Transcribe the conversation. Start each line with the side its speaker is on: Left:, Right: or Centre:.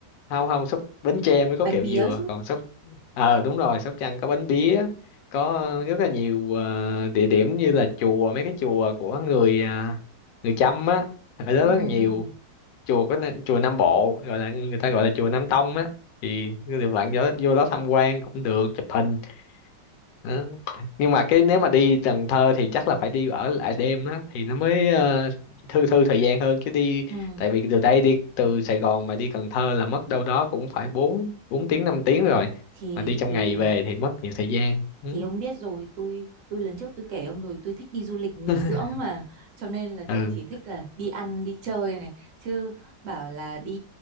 Left: không không Sóc Bến Tre mới có
Right: bánh
Left: kẹo
Right: pía
Left: dừa
Right: chứ
Left: còn Sóc ờ đúng rồi Sóc Trăng có bánh pía có
Right: Ồ,
Left: rất là nhiều ờ, địa điểm như là chùa mấy cái chùa của người à, người Chăm á ở đó
Right: ừ,
Left: rất là nhiều chùa có n- chùa Nam Bộ gọi là người ta gọi là chùa Nam Tông á thì bạn vô, vô đó tham quan cũng được chụp hình đó. nhưng mà cái nếu mà đi Cần Thơ thì chắc là phải đi ở lại đêm đó thì nó mới ờ, thư thư thời gian hơn chứ đi
Right: ừ.
Left: tại vì từ đây đi từ Sài Gòn mà đi Cần Thơ là mất đâu đó cũng phải bốn bốn tiếng 5 tiếng rồi
Right: thì
Left: mà đi trong
Right: thì
Left: ngày về thì mất nhiều thời gian ừ,
Right: thì ông biết rồi tôi tôi lần trước tôi kể ông rồi tôi thích đi du lịch nghỉ
Left: <laughs>
Right: dưỡng mà cho nên là kiểu
Left: ừ
Right: chỉ thích là đi ăn đi chơi này chứ bảo là đi